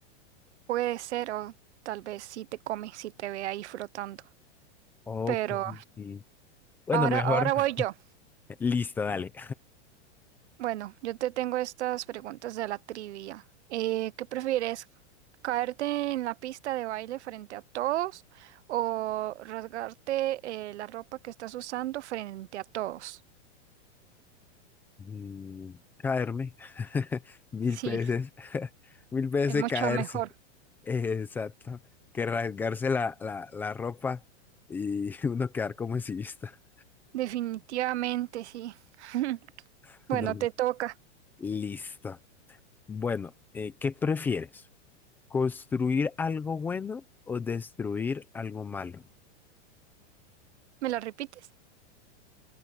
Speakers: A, on the right; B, in the centre.
A: Puede ser, o tal vez si te come, si te ve ahí flotando.
B: Ok,
A: Pero
B: sí. Bueno,
A: ahora,
B: mejor.
A: ahora voy yo.
B: <laughs> Listo, dale.
A: Bueno, yo te tengo estas preguntas de la trivia. Eh, ¿qué prefieres? ¿Caerte en la pista de baile frente a todos o rasgarte eh, la ropa que estás usando frente a todos?
B: Mm, Caerme. <laughs> Mil
A: Sí,
B: veces. <laughs> Mil veces
A: es mucho
B: caerse.
A: mejor.
B: Exacto. Que rasgarse la, la, la ropa y <laughs> uno quedar como exhibista,
A: Definitivamente, sí. <laughs>
B: <laughs>
A: Bueno,
B: No,
A: te toca.
B: Listo. Bueno, eh, ¿qué prefieres? ¿Construir algo bueno o destruir algo malo?
A: ¿Me la repites?